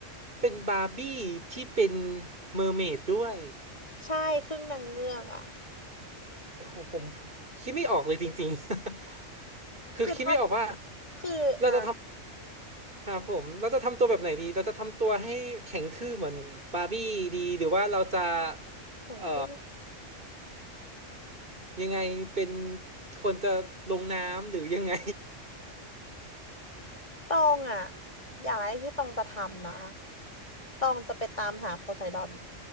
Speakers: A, on the right; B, on the left.
A: เป็นบาร์บี้ที่เป็นเมอร์เมดด้วย
B: ใช่ครึ่งนางเงือกอะ
A: โอ้โหผมผมคิดไม่ออกเลยจริงๆ <laughs> คือคิดไม่ออกว่า
B: คือถ้าคืออ่ะ
A: เราจะทำครับผมเราจะทำตัวแบบไหนดีเราจะทำตัวให้แข็งทื่อเหมือนบาร์บี้ดีหรือว่าเราจะ
B: แข็งทื่อ
A: เอ่อยังไงเป็นควรจะลงน้ำหรือยังไง
B: ตองอ่ะอย่างแรกที่ตองจะทำนะตองจะไปตามหาโพไซดอน